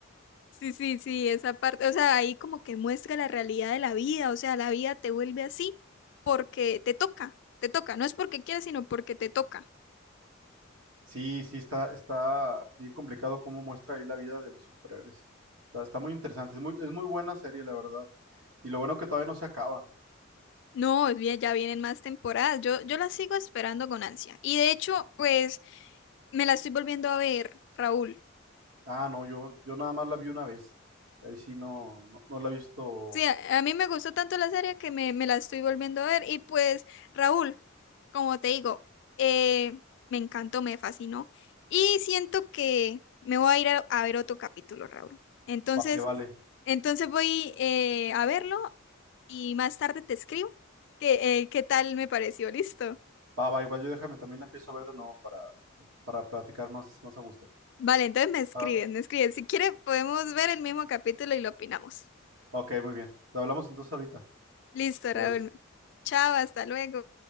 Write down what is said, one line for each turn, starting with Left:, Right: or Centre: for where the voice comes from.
Left: Sí, sí, sí, esa parte. O sea, ahí como que muestra la realidad de la vida. O sea, la vida te vuelve así porque te toca. Te toca. No es porque quieras, sino porque te toca.
Right: Sí, sí, está, está bien complicado cómo muestra ahí la vida de los superhéroes. Está, está muy interesante, es muy, es muy buena serie, la verdad. Y lo bueno que todavía no se acaba.
Left: No, es bien, ya vienen más temporadas. Yo, yo la sigo esperando con ansia. Y de hecho, pues me la estoy volviendo a ver, Raúl.
Right: Ah, no, yo, yo nada más la vi una vez. Ahí sí no, no, no la he visto.
Left: Sí, a, a mí me gustó tanto la serie que me, me la estoy volviendo a ver. Y pues, Raúl, como te digo, eh, me encantó, me fascinó. Y siento que me voy a ir a, a ver otro capítulo, Raúl. Entonces,
Right: Vale, vale.
Left: entonces voy eh, a verlo y más tarde te escribo. que eh, qué tal me pareció? Listo.
Right: Va, va, igual yo déjame, también la empiezo a ver de nuevo para, para platicar más, más a gusto.
Left: Vale, entonces me escribes,
Right: Ah,
Left: me escribes. Si quieres, podemos ver el mismo capítulo y lo opinamos.
Right: ok, muy bien. Hablamos entonces ahorita.
Left: Listo,
Right: Adiós.
Left: Raúl. Chao, hasta luego.